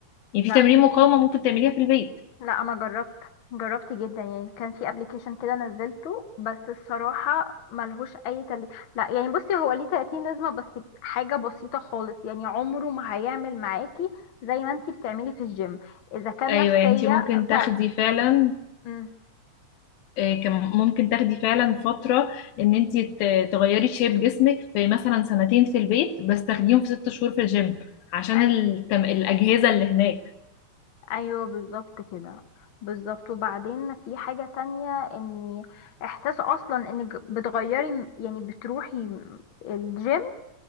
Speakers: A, on the left; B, on the left.
A: يعني
B: لا
A: في تمرين مقاومة ممكن تعمليها في البيت
B: لا انا جربت جربت جدا يعني كان في ابلكيشن كده نزلته بس الصراحه ملهوش اي تل... لا يعني بصي هو ليه 30 لازمه بس حاجه بسيطه خالص يعني عمره ما هيعمل معاكي زي ما انتي بتعملي في الجيم اذا كان
A: ايوه
B: نفسيه
A: يعني انتي ممكن
B: بتاع
A: تاخدي فعلا
B: مم.
A: اه، كم- ممكن تاخدي فعلا فترة ان انتي ت- تغيري شيب جسمك في مثلا سنتين في البيت بس تاخديهم في ست شهور في الجيم عشان
B: أي...
A: التم... الأجهزة اللي هناك
B: ايوه بالظبط كده بالظبط وبعدين في حاجه تانية ان احساس اصلا انك بتغيري يعني بتروحي الجيم